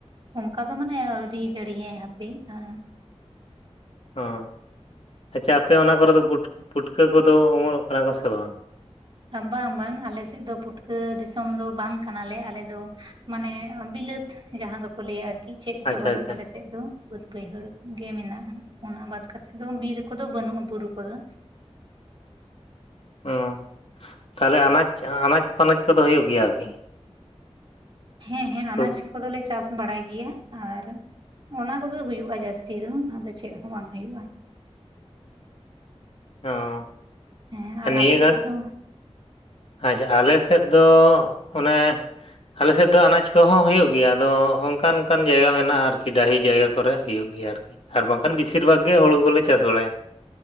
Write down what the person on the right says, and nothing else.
ᱚᱝᱠᱟ ᱫᱚ ᱢᱟᱱᱮ ᱟᱹᱣᱨᱤ ᱡᱟᱹᱲᱤᱭᱟ ᱦᱟᱯᱮ ᱟᱸ
ᱵᱟᱝ ᱵᱟᱝ ᱟᱞᱮ ᱥᱮᱜ ᱫᱚ ᱯᱩᱴᱠᱟᱹ ᱫᱤᱥᱚᱢ ᱫᱚ ᱵᱟᱝ ᱠᱟᱱᱟᱞᱮ, ᱟᱞᱮ ᱫᱚ ᱢᱟᱱᱮ ᱵᱤᱞᱟᱹᱛ ᱡᱟᱦᱟᱸ ᱫᱚᱠᱚ ᱞᱟᱹᱭᱟ ᱟᱨᱠᱤ ᱪᱮᱫ
ᱜᱮ ᱵᱟᱹᱱᱩᱜᱼᱟ
ᱟᱞᱮ ᱥᱮᱜ ᱫᱚ᱾ ᱵᱟᱹᱫᱽ ᱵᱟᱹᱭᱦᱟᱹᱲ ᱜᱮ ᱢᱮᱱᱟᱜᱼᱟ ᱚᱱᱟ ᱵᱟᱫᱽ ᱠᱟᱛᱮᱜ ᱫᱚ ᱵᱤᱨ ᱠᱚᱫᱚ ᱵᱟᱹᱱᱩᱜᱼᱟ ᱵᱩᱨᱩ ᱠᱚᱫᱚ᱾
ᱦᱮᱸ ᱦᱮᱸ
ᱟᱱᱟᱡᱽ ᱠᱚᱫᱚᱞᱮ ᱪᱟᱥ ᱵᱟᱲᱟᱭ ᱜᱮᱭᱟ ᱟᱨ ᱚᱱᱟ ᱠᱚᱜᱮ ᱦᱩᱭᱩᱜᱼᱟ ᱡᱟᱹᱥᱛᱤ ᱫᱚ ᱟᱫᱚ ᱪᱮᱜ ᱦᱚᱸ ᱵᱟᱝ ᱦᱩᱭᱩᱜᱼᱟ᱾
ᱦᱮᱸ ᱟᱨ ᱟᱯᱮ ᱥᱮᱫ
ᱫᱚ